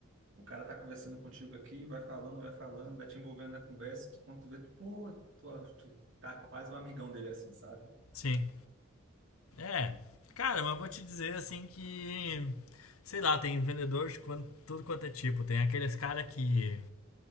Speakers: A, on the right; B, on the left.
A: O cara tá conversando contigo aqui, vai falando, vai falando, vai te envolvendo na conversa, tu, quando tu vê, tu, pô, tu, tu tá quase um amigão dele assim, sabe?
B: sim. É. Cara, mas vou te dizer, assim, que. Sei lá, tem vendedor de quanto- tudo quanto é tipo. Tem aqueles cara que